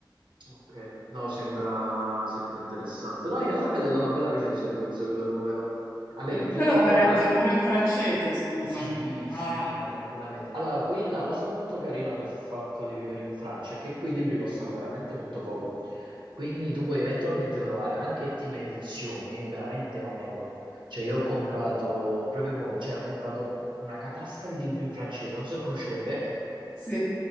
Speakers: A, on the right; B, on the left.
A: ok. No, sembra, sembra interessante. No, in realtà mi è data una bella recensione, penso che lo recuperò. Vabbè,
B: E
A: che prima
B: te lo
A: di
B: puoi
A: tornare,
B: leggere pure in francese, scusami.
A: Sì,
B: Ah,
A: sì, ma tranquillamente. Allora, qui la cosa molto carina del fatto di vivere in Francia è che qui i libri costano veramente molto poco. Quindi tu puoi eventualmente trovare anche team edizioni veramente a un euro. Cioè, io ho comprato proprio, mo- cioè, ho comprato una catasta di libri in francese. Non so se conosci Welbeck.
B: sì,